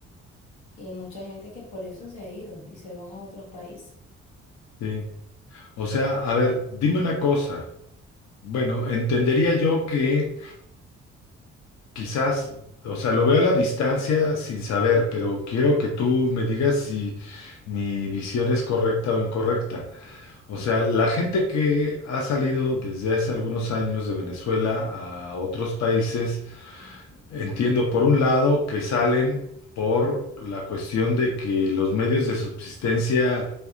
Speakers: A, on the left; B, on the left.
A: Y hay mucha gente que por eso se ha ido y se van a otros países.
B: sí. O sea, a ver, dime una cosa. Bueno, entendería yo que quizás, o sea, lo veo a la distancia sin saber, pero quiero que tú me digas si mi visión es correcta o incorrecta. O sea, la gente que ha salido desde hace algunos años de Venezuela a otros países,
A: Ujú.
B: entiendo por un lado que salen por la cuestión de que los medios de subsistencia